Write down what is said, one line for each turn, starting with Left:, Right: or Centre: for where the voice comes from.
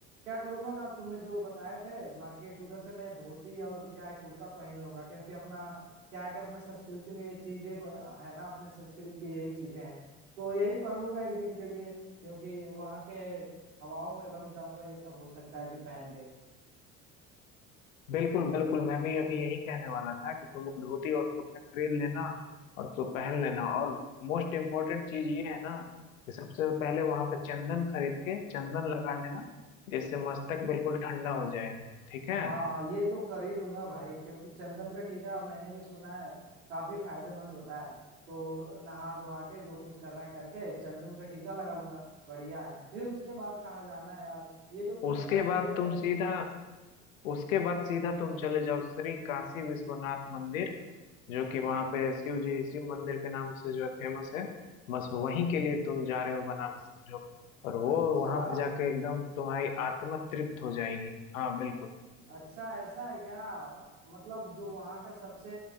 Right: क्या करूंगा ना तुमने जो बताए थे मार्केट उधर से मैं धोती और क्या है कुर्ता पहन लूंगा क्योंकि अपना क्या है कि अपना संस्कृति में ये चीजें ब- है ना अपने संस्कृत की यही चीजें हैं तो यही पहन लूंगा एक दिन के लिए क्योंकि वहाँ के हवाओं में रम जाऊंगा ये सब हो सकता है कि पहन के
Left: बिल्कुल बिल्कुल मैं भी अभी यही कहने वाला था कि तुम वो धोती और कुर्ता खरीद लेना और तो पहन लेना और मोस्ट इम्पोर्टेंट चीज ये है ना कि सबसे पहले वहां पे चंदन खरीद के चंदन लगा लेना जिससे मस्तक बिल्कुल ठंडा हो जाएगा ठीक है
Right: हाँ ये तो कर ही लूंगा भाई क्योंकि चंदन का टीका मैंने भी सुना है काफी फायदेमंद होता है तो नहा धोवा के जो कुछ करना है करके चंदन का टीका लगा लूंगा बढ़िया है फिर उसके बाद कहाँ जाना है यार ये तो तुम
Left: उसके
Right: बता ही नहीं
Left: बाद
Right: रहे
Left: तुम सीधा उसके बाद सीधा तुम चले जाओ श्री काशी विश्वनाथ मंदिर जो कि वहाँ पे शिव जी शिव मंदिर के नाम से जो है फेमस है बस वहीं के लिए तुम जा रहे हो बनारस जो और वो
Right: अच्छा
Left: वहाँ पे जाके एकदम तुम्हारी आत्मा तृप्त हो जाएगी हाँ बिल्कुल
Right: अच्छा ऐसा है क्या मतलब जो वहाँ का सबसे